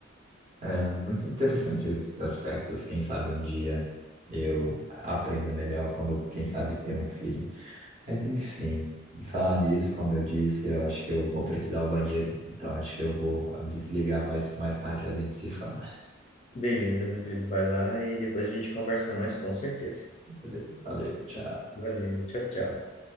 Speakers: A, on the right (about 35°); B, on the left (about 30°).
A: É muito interessante esses aspectos. Quem sabe um dia eu aprenda melhor quando, quem sabe, ter um filho. Mas enfim, em falar nisso, como eu disse, eu acho que eu vou precisar do banheiro. Então acho que eu vou desligar, mas mais tarde a gente se fala.
B: Beleza, meu querido, vai lá e depois a gente conversa mais, com certeza.
A: Valeu, valeu, tchau.
B: Valeu, tchau, tchau.